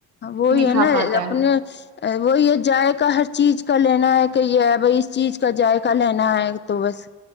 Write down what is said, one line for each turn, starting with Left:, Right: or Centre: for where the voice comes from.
Left: وہی ہے
Right: کھا
Left: نا
Right: پاتا
Left: اپنے
Right: ہے
Left: وہی ہے جائق ہر چیز کا لینا ہے کہ یہ بھائی اس چیز کا جذائقہ لینا ہے تو بس